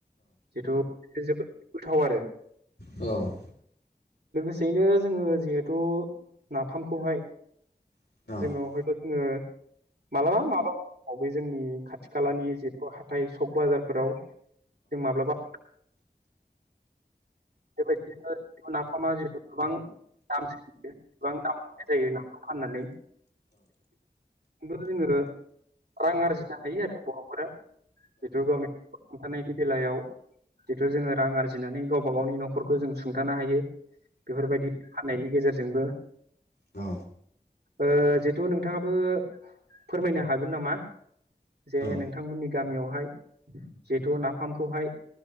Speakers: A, on the right (about 80°); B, on the left (about 80°).
A: जिथु <unintelligible> जोबोद गोथाव आरो
B: औ
A: सेयैनो जोङो जिहेथु नाफामखौहाय
B: औ
A: जोङो हयथ' जोङो मालाबा माबला अ बे जोंनि खाथि खालानि <unintelligible> खौ हाथाइ सक बाजारफोराव जों माब्लाबा बेबायदिनो नाफामा जिथु गोबां दाम सोलियो गोबां दाम मोननाय जायो नाफामखौ फाननानै जोङो रां आरजिनो हायो आरो बर'फोरा बेथ गावनि हमथानायनि बेलायाव जिथु जोङो रां आरजिनानै गाव गावबा गावनि न'खरखौ जों सुंथानो हायो बेफोरबायदि फाननायनि गेजेरजोंबो
B: औ
A: ओ जिथु नोंथाङाबो फोरमायनो हागोन नामा जे
B: औ
A: नोंथांमोननि गामियावहाय जिथु नाफामखौहाय